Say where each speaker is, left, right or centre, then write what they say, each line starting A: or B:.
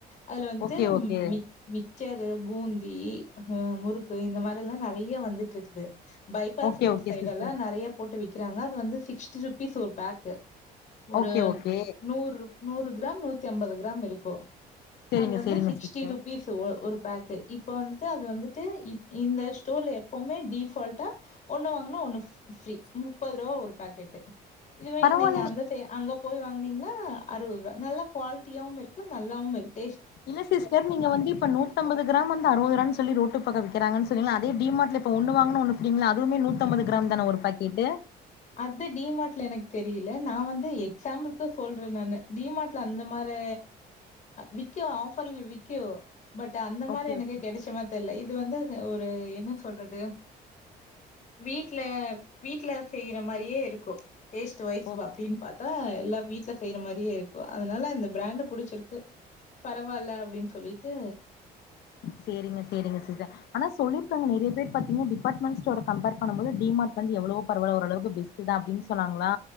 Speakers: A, on the left; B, on the left.
A: அதுல வந்துட்டு
B: ஓகே ஓகே
A: மி மிக்சரு பூந்தி ஹ முறுக்கு இந்த மா எல்லாம் நறைய வந்துட்ருக்குது bypass
B: okay
A: road
B: okay
A: சைடெல்லா
B: sister
A: நறைய போட்டு விக்கிறாங்க அது வந்து சிக்ஸ்டி ருபீஸ் ஒரு பேக்கு ஒரு
B: ஓகே ஓகே
A: நூற் நூறு கிராம் நூத்தி அம்பது ஸாம் இருக்கூ
B: செரிங்க
A: அது வந்து
B: செரிங்க
A: சிக்ஸ்டி
B: சிஸ்டர்
A: ருபீஸ் ஒ ஒரு பேக்கு இப்ப வந்துட்டு அது வந்துட்டு இ இந்த ஸ்டோர்ல எப்பவுமே டிஃபால்டா ஒன்னு வாங்குனா ஒன்னு ஃப் ஃப்ரீ முப்பது ரூபா ஒரு பாக்கெட்டு இதுவே
B: பரவாயில்லைங்க
A: நீங்க அந்த சை அங்கப் போய் வாங்குனீங்னா அறுபது ரூபா நல்லா குவாலிட்டியாவுமிருக்கு நல்லாவுமிருக்
B: இல்ல சிஸ்டர் நீங்க வந்து இப்ப நூத்தம்பது கிராம் வந்து அறுபதுரூவான் சொல்லி ரோட்டு பக்கோ விக்கிறாங்கன் செரிங்களா அதே டிமார்ட்ல இப்ப ஒன்னு வாங்குனா ஒன்னு ஃப்ரிங்களா அதுமே நூத்தம்பது கிராம் தான ஒரு பாக்கெட்டு
A: அது டி மார்ட்ல எனக்கு தெரியல நா வந்து எக்ஸாம்பில்கு சொல்றே நானு டி மார்ட் ல அந்த மாரே விக்கியூ ஆஃபர்ல விக்கியூ பட் அந்த மாரி
B: ஓகே
A: எனக்கு
B: ஓகே
A: கெடைச்சமா தெர்ல இத் து வந்து ஒரு என்ன சொல்றது வீட்ல வீட்ல செய்ற மாரியே இருக்கூ டேஸ்ட் வைஸ்
B: ஓகே
A: அப்டின் பாத் தா எல்லா வீட்ல செய்ற மாரியே இருக்கூ அதனால அந்த பிராண்டு புடிச்சிருக்கு பரவால்ல அப்டின் சொல்லிட்டு
B: செரிங்க செரிங்க சீச ஆனா சொல்லிருக்காங்க நறைய பேர் பாத்தீங்னா டிபார்ட்மெண்ட் ஸ்டோர கம்பேர் பண்ணும் போது டி மார்ட் வந்து எவ்ளவோ பரவால்ல ஓரளவுக் பெஸ்ட்டு தா அப்டின் சொன்னாங்களா